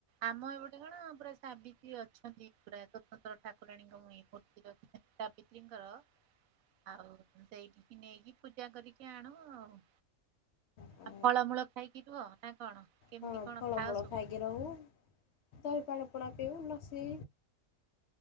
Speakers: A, on the right (about 85°); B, on the left (about 65°).
A: ଆମ ଏପଟେ କଣ ପୁରା ସାବିତ୍ରୀ ଅଛନ୍ତି। ଠାକୁରାଣୀଙ୍କ ମୂର୍ତ୍ତି ରଖିଛନ୍ତି ସାବିତ୍ରୀ ଙ୍କର ଆଉ ସେଇଠିକି ନେଇକି ପୂଜା କରିକି ଆଣୁ ଆଉ
B: ହଁ।
A: ଆଉ ଫଳମୂଳ ଖାଇକି ରୁହ ନା। କଣ କେମିତି
B: ହଁ
A: କଣ
B: ଫଳମୂଳ
A: ଖାଅ ସବୁ?
B: ଖାଇକି ରହୁ ଦହି ପାଣି ପିଉ ଲସି